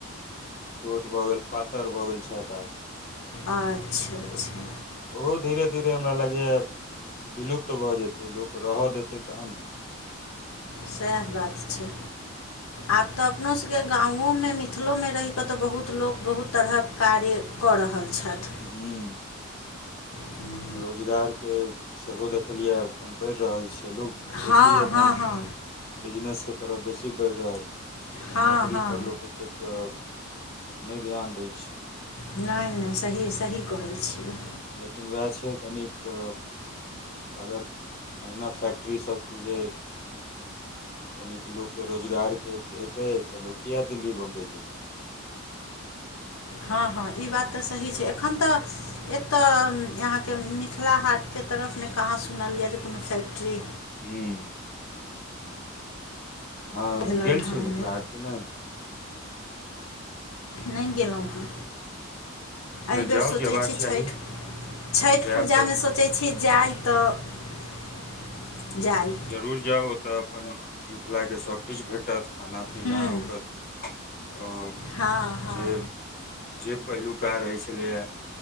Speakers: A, on the left; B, on the left.
A: छोट भऽ गेल पातर भऽ गेल छैथ आब
B: अच्छा
A: तऽ
B: अच्छा
A: ओहो धीरे धीरे हमरा लागैए विलुप्त भऽ जेतै लोक रह देतै तहन न
B: सएह बात छैय आब तऽ अपनो स ब के गांवोमे मिथिलोमे रहिकऽ तऽ बहुत लोक बहुत तरहक कार्य कऽ रहल छैथ
A: हूँ
B: <inaudible>
A: रोजगारके सेहो देखलियै एखन बैढ़ रहल छै लोक बेसी
B: हँ
A: एखन
B: हँ हँ
A: बिजनेस के तरफ बेसी बैढ़ रहल
B: हँ
A: नौकरी
B: हँ
A: पर लोक ओतेक नय ध्यान दय छै
B: नय नय सही सही कहै छियै
A: लेकिन वैह छै कनिक अगर अहिना फैक्ट्री सब खुजे कनिक लोकके रोजगारके भेटै तऽ लोक किएक दिल्ली बम्बइ जेतै
B: हँ हँ ई बात तऽ सही छै एखन तऽ एतय अहाँके मिथिला हाटके तरफ में कहाँ सुनलीय जे कोनो फैक्ट्री
A: हूँ हँ
B: भेलनि
A: गेल
B: हँ
A: छीयै
B: ओहिमे
A: मिथिला हाटके नय
B: नइ गेलो हँ एहि बेर
A: जाउ
B: सोचै
A: जेबाक
B: छी
A: चाही
B: छैठ छैठ
A: जायब
B: पूजामे
A: तऽ
B: सो सोचैइ छी जाइ तऽ जाइ
A: जरूर जाउ ओतय अपन मिथिलाके सभकिछ भेटत खाना पीना
B: हूँ
A: ओकर
B: हँ हँ
A: जे जे पहिलुका रहै छलैया